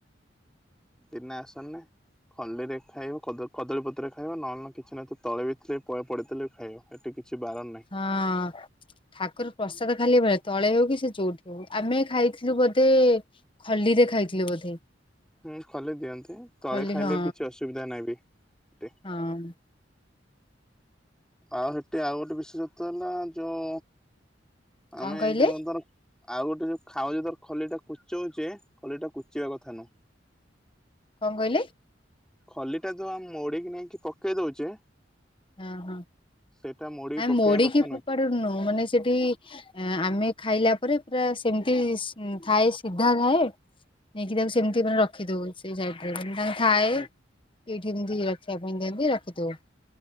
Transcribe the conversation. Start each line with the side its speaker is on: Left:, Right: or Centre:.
Centre: ବିନା ଆସନ ରେ। ହଲିୀରେ ଖାଇବ କଦଳୀପତ୍ରରେ ଖାଇବ ନହେଲେ କିଛି ନ ତଳେ ବି ଥିଲେ ପଡିଥିଲେ ବି ଖାଇବ। ଏଠି କିଛି ବାରଣ ନାହିଁ
Left: ହଁ ଠାକୁର ପ୍ରସାଦ ଖାଲି ମ ତଳେ ହଉ କି ସେ ଯଉଠି ହଉ କି ଆମେ ଖାଇଥିଲୁ ବୋଧେ ହଲିରେ ଖାଇଥିଲୁ ବୋଧେ?
Centre: ହୁଁ ଖୋଲି ଦିଅନ୍ତି ତଳେ
Left: ଖଲି
Centre: ଖାଇଲେ
Left: ହଁ
Centre: ବି କିଛି ଅସୁବିଧା ନହିଁ ବି ସେଠି।
Left: ହଁ
Centre: ଆଉ ସେଠି ଆଉ ଗୋଟେ ବିଶେଷଵ ହେଲା ଯୋଉ ଆମେ
Left: କଣ କହିଲେ
Centre: ଯୋଉ ଧର ଆଉ ଗୋଟେ ଯୋଉ ଖାଉଛେ ତୋର ଖଲିଟା କୁଚଉଛେ ଖଲିଟା କୁଚିବା କଥା ନୁଁହ।
Left: କଣ କହିଲେ?
Centre: ଖଲିଟା ତ ଆମେ ମୋଡିକି ନେଇକି ପକେଇ ଦଉଛେ
Left: ହଁ ହଁ
Centre: ସେଇଟା ମୋଡି
Left: ଆ
Centre: ପକେଇବା
Left: ମୋଡିକି
Centre: କଥା ନୁହେଁ।
Left: ମାନେ ସେଠି ଆମେ ଖାଇଲା ପରେ ପୁରା ସେମିତି ଥାଏ ସିଧା ଥାଏ ନେଇକି ତାକୁ ସେମିତି ମାନେଖି ଦଉ ସେ ଜାଗାରେ। ତା ଥାଏ
Centre: ହୁଁ
Left: ଏଇଠିମିତି ରଖିବା ପାଇଁ ଦିଅନ୍ତି ରଖିଦଉ।